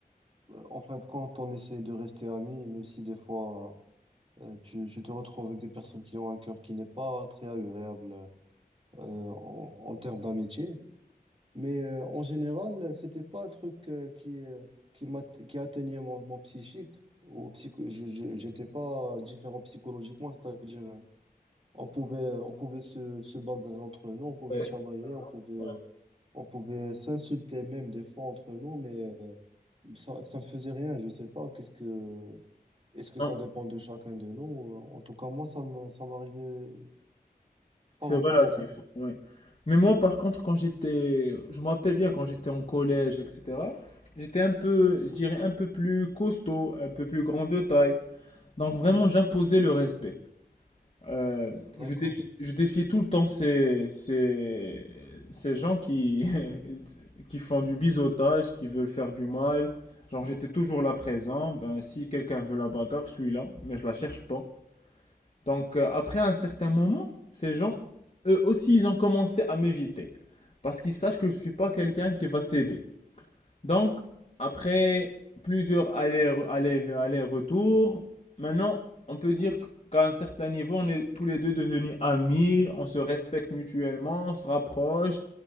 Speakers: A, on the right; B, on the left.
A: en fin de compte, on essaie de rester amis, même si des fois... Euh, tu, tu te retrouves avec des personnes qui ont un cœur qui n'est pas très agréable euh, en, en termes d'amitié. Mais euh, en général, c'était pas un truc euh, qui, euh, qui m'a, qui atteignait mon, mon psychique. Ou psycho, je- je- j'étais pas différent psychologiquement, c'est-à-dire euh, on pouvait, on pouvait se, se bagarrer entre nous, on pouvait
B: Ouais,
A: se chamailler, on pouvait, euh,
B: ouais.
A: on pouvait s'insulter même des fois entre nous, mais euh, ça, ça me faisait rien. Je sais pas, qu'est-ce que est-ce que
B: Non,
A: ça dépend de chacun de nous? Euh, En tout cas, moi, ça m'a- ça m'arrivait pas,
B: c'est
A: be-
B: relatif,
A: pas beaucoup.
B: oui. Mais moi, par contre, quand j'étais, je me rappelle bien quand j'étais en collège, etc., j'étais un peu, je dirais un peu plus costaud, un peu plus grand de taille. Donc vraiment, j'imposais le respect. Euh,
A: D'accord,
B: je défiais, je défiais tout le temps ces, ces, ces gens qui, <laughs> qui font du biseautage, qui veulent faire du mal. Genre, j'étais toujours là présent. Ben, si quelqu'un veut la bagarre, je suis là, mais je la cherche pas. Donc, euh, après un certain moment, ces gens, eux aussi, ils ont commencé à m'éviter. Parce qu'ils sachent que je suis pas quelqu'un qui va céder. Donc, après plusieurs allers- allers- allers-retours, maintenant, on peut dire qu'à un certain niveau, on est tous les deux devenus amis, on se respecte mutuellement, on se rapproche,